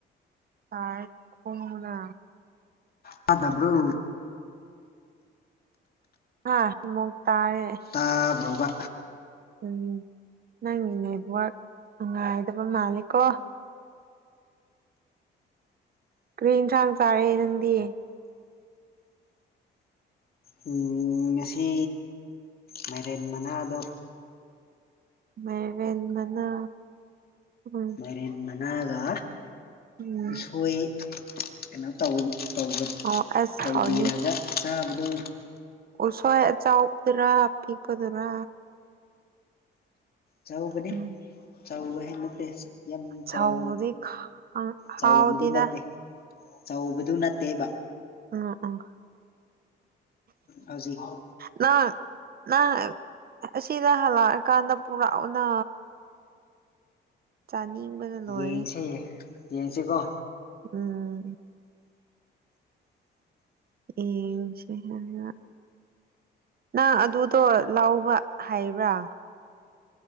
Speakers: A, on the right (about 50°); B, on the left (about 50°).
A: ꯇꯥꯏ ꯈꯨꯝꯃꯨꯅꯥ
B: ꯇꯥꯗꯕ꯭ꯔꯣ
A: ꯍꯥ ꯑꯃꯨꯛ ꯇꯥꯌꯦ
B: ꯇꯥꯗ꯭ꯔꯣꯕ
A: ꯎꯝ ꯅꯪꯒꯤ ꯅꯦꯠꯋꯔꯛ ꯅꯨꯡꯉꯥꯢꯗꯕ ꯃꯥꯂꯦ ꯀꯣ ꯀꯔꯤ ꯏꯟꯁꯥꯡ ꯆꯥꯔꯦ ꯅꯪꯗꯤ
B: ꯑꯝ ꯉꯁꯤ ꯃꯥꯢꯔꯦꯟ ꯃꯅꯥꯗꯣ
A: ꯃꯥꯢꯔꯦꯟ ꯃꯅꯥ ꯎꯝ
B: ꯃꯥꯢꯔꯦꯟ ꯃꯅꯥꯒ
A: ꯎꯝ
B: ꯎꯁꯣꯢ ꯀꯩꯅꯣ ꯇꯧꯕꯒꯤ ꯇꯧꯕ
A: ꯑꯣ ꯑꯁ
B: ꯇꯧꯕꯤꯔꯒ
A: ꯍꯥꯎꯅꯤ
B: ꯆꯥꯕꯗꯣ
A: ꯎꯁꯣꯢ ꯑꯆꯧꯕꯗꯨꯔꯥ ꯑꯄꯤꯛꯄꯗꯨꯔꯥ
B: ꯆꯥꯎꯕꯅꯤ
A: ꯎꯝ
B: ꯆꯥꯎꯕ <unintelligible> ꯅꯠꯇꯦ ꯌꯥꯝ
A: ꯁꯧꯕꯗꯤ
B: ꯆꯧ
A: ꯍꯥꯎꯗꯦꯗ
B: ꯆꯧꯕꯗꯨ ꯅꯠꯇꯦ ꯆꯧꯕꯗꯨ ꯅꯠꯇꯦꯕ
A: ꯎꯝ ꯎꯝ
B: ꯍꯧꯖꯤꯛꯐꯥꯎ
A: ꯅꯪ ꯅꯪ ꯑꯁꯤꯗ ꯍꯜꯂꯛꯑꯀꯥꯟꯗ ꯄꯨꯔꯛꯎꯅ ꯆꯥꯅꯤꯡꯕꯅ ꯂꯣꯏꯔꯦ
B: ꯌꯦꯡꯁꯦ ꯌꯦꯡꯁꯦꯀꯣ
A: ꯎꯝ ꯌꯦꯡꯁꯦ <unintelligible> ꯅꯪ ꯑꯗꯨꯗꯣ ꯂꯧꯕ ꯍꯩꯕ꯭ꯔꯥ